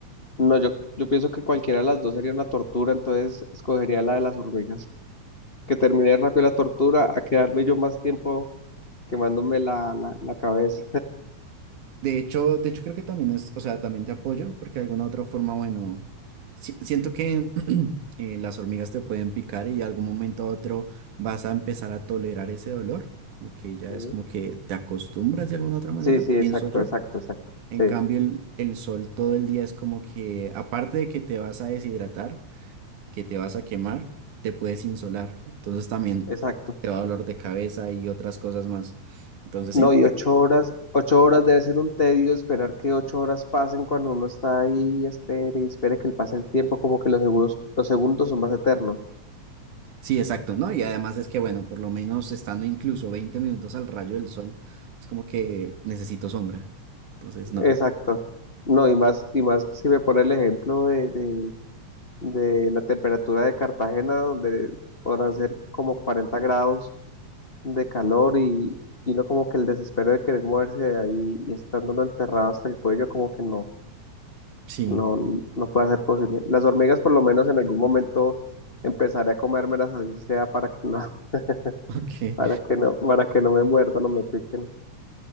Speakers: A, on the left (about 30°); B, on the right (about 85°).
A: no, yo, yo pienso que cualquiera de las dos sería una tortura, entonces escogería la de las hormigas. Que termine rápido la tortura a quedarme yo más tiempo quemándome la, la, la cabeza.
B: De hecho, de hecho creo que también es, o sea, también te apoyo, porque de alguna otra forma, bueno, si- siento que <clears throat> eh, las hormigas te pueden picar y de algún momento a otro vas a empezar a tolerar ese dolor, como que ya
A: Sí,
B: es como que te acostumbras de alguna otra manera,
A: sí, sí,
B: pienso
A: exacto,
B: yo.
A: exacto, exacto, sí,
B: En cambio, el, el sol todo el día es como que, aparte de que te vas a deshidratar, que te vas a quemar, te puedes insolar, entonces también
A: exacto.
B: te va a dolor de cabeza y otras cosas más. Entonces
A: No,
B: sí.
A: y
B: creo
A: ocho horas, ocho horas debe ser un tedio esperar que ocho horas pasen cuando uno está ahí, espere y espere que le pase el tiempo, como que los segundos, los segundos son más eternos.
B: Sí, exacto, ¿no? Y además es que, bueno, por lo menos estando incluso 20 minutos al rayo del sol, es como que necesito sombra. Entonces, no.
A: Exacto. No, y más, y más si me pone el ejemplo de, de, de la temperatura de Cartagena, donde podrán ser como 40 grados de calor y, y uno como que el desespero de querer moverse de ahí y estando uno enterrado hasta el cuello, como que no.
B: Sí,
A: no, no puede ser posible. Las hormigas por lo menos en algún momento empezaré a comérmelas así sea para que no, <laughs>
B: <laughs> ok.
A: para que no, para que no me muerdan o me piquen.